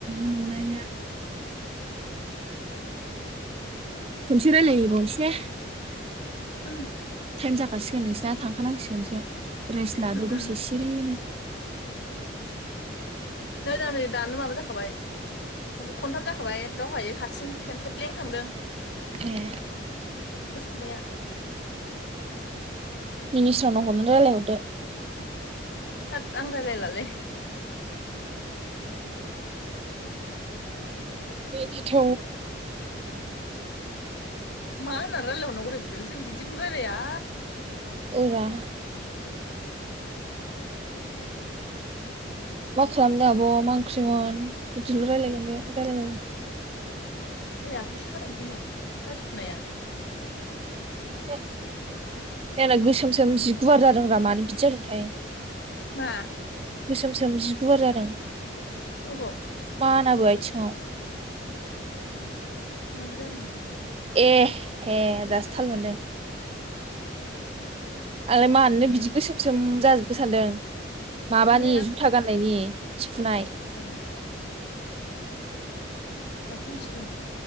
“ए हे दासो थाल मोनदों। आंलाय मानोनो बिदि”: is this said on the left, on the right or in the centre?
Right